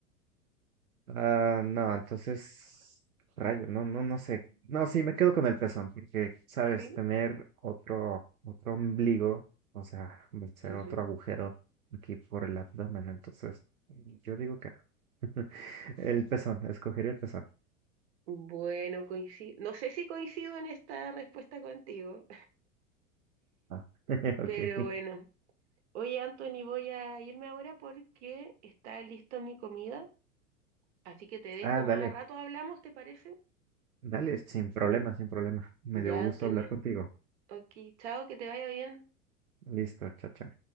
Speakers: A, on the right; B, on the right.
A: ah, no, entonces, rayos, no, no, no sé. No, sí, me quedo con el pezón, porque, sabes,
B: ¿Sí?
A: tener otro, otro ombligo, o sea, va a ser
B: Ujú.
A: otro agujero aquí por el abdomen, entonces, yo digo que no. <laughs> El pezón, escogería el pezón.
B: Bueno, coincido. No sé si coincido en esta respuesta contigo,
A: Ah, <laughs>
B: <laughs> pero
A: ok.
B: bueno. Oye, Anthony, voy a irme ahora porque está lista mi comida, así que te dejo
A: Ah, dale,
B: más rato hablamos, ¿te parece?
A: dale, sin problema, sin problema. Me
B: Ya,
A: dio gusto
B: Anthony.
A: hablar contigo.
B: Ok, chao, que te vaya bien.
A: Listo, chao, chao.